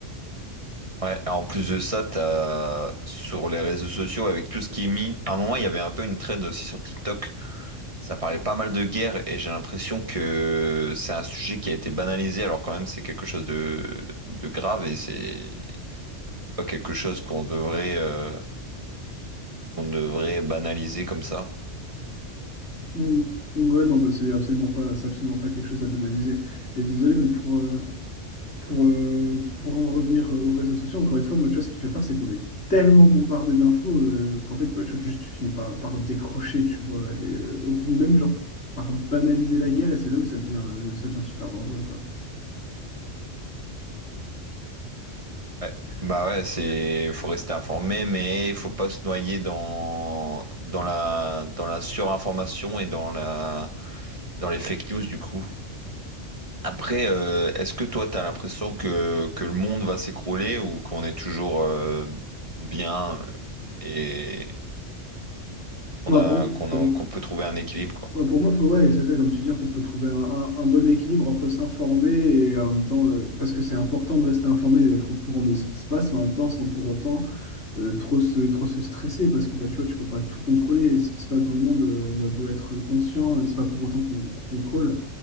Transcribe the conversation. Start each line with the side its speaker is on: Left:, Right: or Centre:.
Right: Ouais, et en plus de ça, t'as sur les réseaux sociaux, avec tout ce qui est mis, à un moment, il y avait un peu une trend aussi sur TikTok Ça parlait pas mal de guerre et j'ai l'impression que c'est un sujet qui a été banalisé alors quand même c'est quelque chose de, de grave et c'est pas quelque chose qu'on devrait euh, qu'on devrait banaliser comme ça.
Left: Mm. Ouais, non, bah, c'est absolument pas, c'est absolument pas quelque chose à banaliser. Et désolé, mais pour, euh, pour, euh, pour en revenir euh, aux réseaux sociaux, encore une fois, moi, tu vois, ce qui fait peur, c'est qu'on est tellement bombardé d'infos euh, qu'en fait, bah, tu vois, juste, tu finis par, par décrocher, tu vois. Et, euh, on finit même, genre, par banaliser la guerre, et c'est là où ça devient, euh, ça devient super dangereux, quoi.
Right: Ouais. Bah ouais, c'est faut rester informé mais faut pas se noyer dans dans la dans la surinformation et dans la dans les fake news du coup. Après, euh, est-ce que toi, tu as l'impression que, que le monde va s'écrouler ou qu'on est toujours euh, bien et
Left: Moi,
Right: qu'on a,
Left: pour,
Right: qu'on
Left: pour,
Right: a- qu'on peut trouver un équilibre, quoi?
Left: Ouais, pour moi, faut, ouais, c'est ça, comme tu dis, en fait, faut trouver un, un- un bon équilibre entre s'informer et en même temps, euh, parce que c'est important de rester informé et d'être au courant de ce qui se passe, mais en même temps, sans pour autant euh, trop se, trop se stresser, parce que bah, tu vois, tu peux pas tout contrôler. Et ce qui se passe dans le monde, euh, on a beau être conscient, euh, c'est pas pour autant qu'on qu'on contrôle.